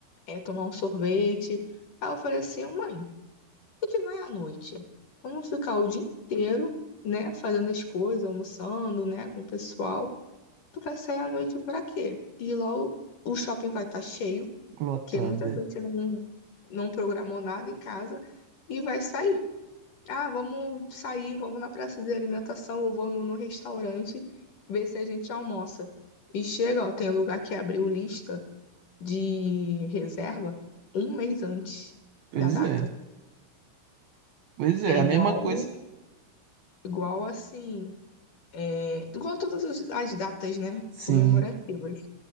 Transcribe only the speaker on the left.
é, tomar um sorvete. Aí eu falei assim, mãe, a gente vai à noite. Vamos ficar o dia inteiro, né, fazendo as coisas, almoçando, né, com o pessoal. Tu vai sair à noite pra quê? E logo o shopping vai estar cheio,
porque muita gente não, não programou nada em casa e vai sair. Ah, vamos sair, vamos na praça de alimentação ou vamos no restaurante ver se a gente almoça. E chega, ó, tem lugar que abriu lista de reserva um mês antes
da data.
É igual,
igual assim, é, igual todas as, as datas, né?
Comemorativas.